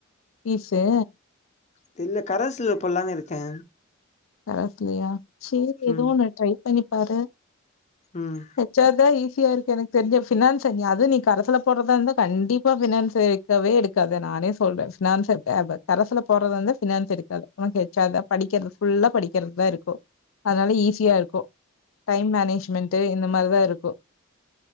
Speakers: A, on the left (about 75°); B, on the left (about 35°).
A: பீசு
B: தெரில கரஸ்ல போட்லான்னு இருக்கே
A: கரஸ்லையா செரி
B: ம்
A: எதோ ஒன்னு ட்ரை பண்ணி பாரு
B: ம்
A: ஹெச் ஆர் தா இசி யா இருக்கு எனக்கு தெரி்ஞ்ச பினான்ஸ் அது நீ கரசுல போடுறதா இருந்த கண்டிப்பா பினான்ஸ் எடுக்கவே எடுக்காத ந நானே சொல்றே பினாஸ் எடுக்காத கரஸ்ல போடுறத இருந்த பினான்ஸ் எடுக்காத ஹெச் ஆர் தா படிக்கிறது ஃபுல்லா படிக்கிறதுதா இருக்கு அதனால ஈஸியா இருக்கு டைம் மேனேஜ்மென்ட்டு இந்த மாரிதா இருக்கு